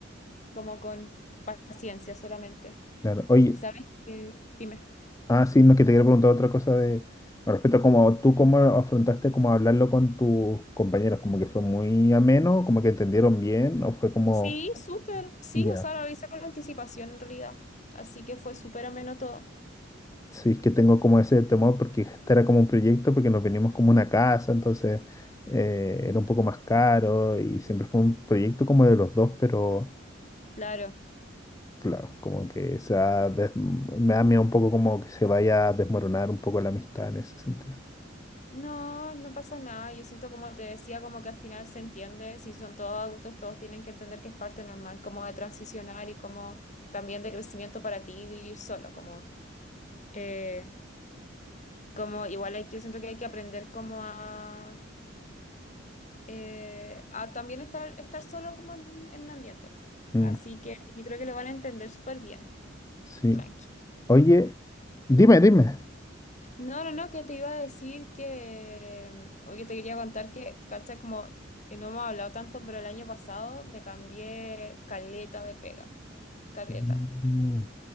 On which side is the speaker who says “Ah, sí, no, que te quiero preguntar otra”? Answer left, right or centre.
Left